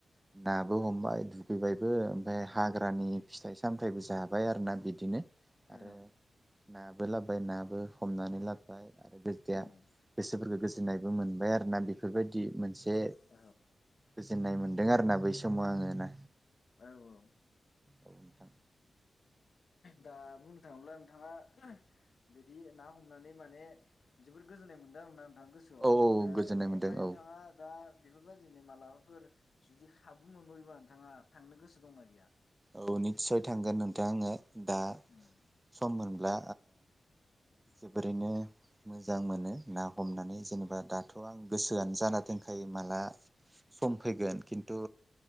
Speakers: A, on the right (about 15°); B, on the left (about 60°).
A: <inaudible> नाबो हमबाय दुगैबायबो ओमफ्राय हाग्रानि
B: उम
A: फिथाइ- सामथाय सामथायाइबो जाबाय आरो ना बिदिनो
B: औ
A: आरो ना बो लाबोबाय नाबो हमनानै लाबोबाय <unintelligible>
B: उम
A: गोसोफोरखौ गोजोननायबो मोनबाय आरो ना बेफोरबायदि मोनसे
B: औ
A: गोजोननाय मोनो दों आरोना बै समाव आङो ना
B: औ
A: औ नोंथां
B: दा बुंनो थाङोब्ला नोंथाङा बिदि ना हमनानै माने जोबोद गोजोननाय मोनदों आरोना गोसोआव
A: औ गोजोननाय मोनदों
B: ओमफ्राय
A: औ
B: नोंथाङा दा बेफोरबायदि मालाबाफोर जुदि खाबु मोनबावोबा नोंथाङा थांनो गोसो दंना गैया
A: औ निस्सय थांगोन नोंथां आङो दा
B: उम
A: सम मोनब्ला
B: उम
A: जोबोरैनो मोजां मोनो ना हमनानै जेनेबा दाथ' आं गोसोआनो जाना दों थाखाय माला सम फैगोन खिन्थु